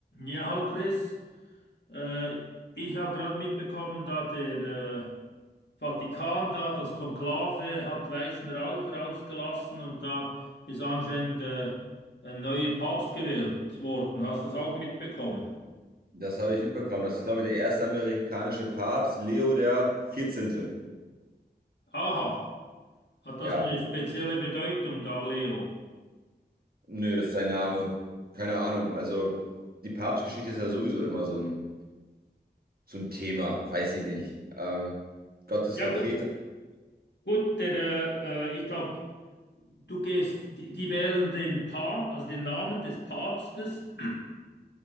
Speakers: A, on the left; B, on the right.
A: Ja, hallo Chris. Äh, ich habe gerade mitbekommen, da der äh, Vatikan da, das Konklave, hat weißen Rauch rausgelassen und da ist anscheinend äh, ein neuer Papst gewählt worden. Hast du das auch mitbekommen?
B: Das habe ich mitbekommen. Das ist, glaube ich, der erste amerikanische Papst, Leo der 14.
A: Aha, hat
B: Ja,
A: das eine spezielle Bedeutung da, Leo?
B: nö, das ist sein Name. Keine Ahnung. Also die Papstgeschichte ist ja sowieso immer so ein, so ein Thema. Weiß ich nicht. Ähm, Gottes
A: Ja,
B: Vertreter.
A: gut, gut, der, äh, äh, ich glaube, du gehst, die, die wählen den Papst, also den Namen des Papstes.